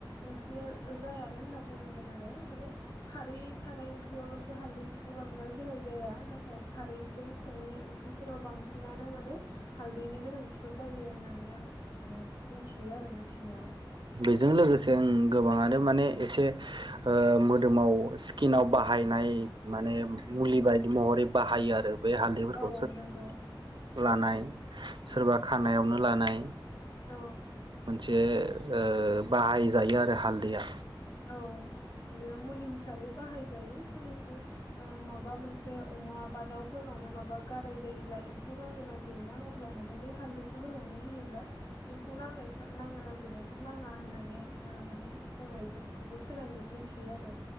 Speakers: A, on the left; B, on the right.
A: ओंख्रिया ओ जायानो होनना बुंनांगोन आरो माने खारै थानाय ओंख्रियावल'सो हालदैफोरखौ बांद्राय होनाय जाया नाथाय खारैजों सङै ओंख्रिफोराव बांसिनानो माने हालदैनि गोनांथिखौ जायो होननानै आं माने मिथियो आरो मोनथिनायाव।
B: बेजों लोगोसे ओं गोबाङानो माने एसे मोदोमाव स्किनाव बाहायनाय माने मुलि बायदि महरै बाहायो आरो। बे हालदैफोरखौ
A: औ नंगौ
B: <inaudible> लानाय सोरबा खानायावनो लानाय
A: औ
B: मोनसे ओ बाहाय जायो आरो हालदैया।
A: औ बियो मुलि हिसाबै बाहायजायो जिहेथु ओ माबा ओ मोनसे अमा बा दाउफोरनावनो माबा गाराय जायोब्ला एम्फौ नांनो नागिर ना अब्ला माने बे हालदैखौ होनानै होयोब्ला एम्फौ नांनायफ्रा नांनो नागिरनायफ्रा नाङा होननानै ओ माने बुंनायफोर खौबो खोनायो मोनथियो आरो।